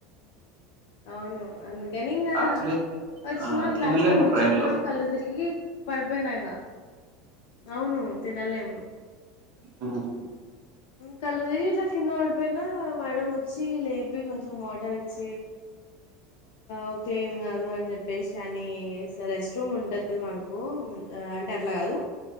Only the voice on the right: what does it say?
యాక్చువల్లీ
ఆ
తినలేము
ట్రైన్ లో
ఆహా